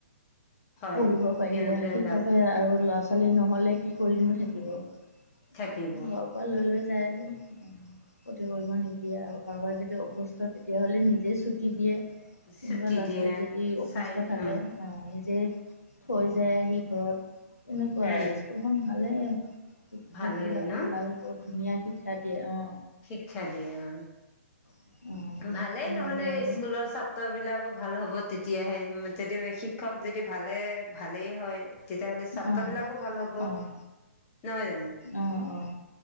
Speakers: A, on the left (about 25°); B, on the left (about 85°).
A: হয়
B: পঢ়িব পাৰিলে
A: সিহঁতে
B: শিক্ষকে
A: লাভ
B: আৰু ল'ৰা ছোৱালী নহ'লে কি কৰিনো থাকিব। ঘৰৰ
A: থাকিব অ
B: পৰা লৈ লৈ যায় আহি ক্ষতি কৰিব নিদিয়ে আৰু কাৰোবাৰ যদি। তেতিয়াহ'লে নিজে। দিয়ে
A: ছুটি
B: কোনোবা ল'ৰা
A: দিয়ে
B: ছোৱালী যদি অসুস্থ
A: চাই
B: থাকে
A: উম
B: নিজেই। থৈ যায় সি ঘৰত এনেকুৱা
A: উম
B: স্কুলখন ভালেই। শিক্ষক
A: ভালেই
B: বিলাকক
A: ন
B: ভাল বহ ধুনীয়া শিক্ষা দিয়ে অ।
A: শিক্ষা দিয়া অঁ।
B: অঁ
A: ভালেই
B: ভাল
A: নহ'লে
B: লাগে আৰু
A: স্কুলৰ ছাত্ৰ বিলাকো ভাল হ হ'ব তেতিয়াহে তে শিক্ষক যদি ভালে ভালেই হয়। তেতিয়াাহ'লে ছাত্ৰ
B: অঁ।
A: বিলাকো ভাল হ'ব নহয়
B: অঁ
A: জানো,,
B: অঁ অঁ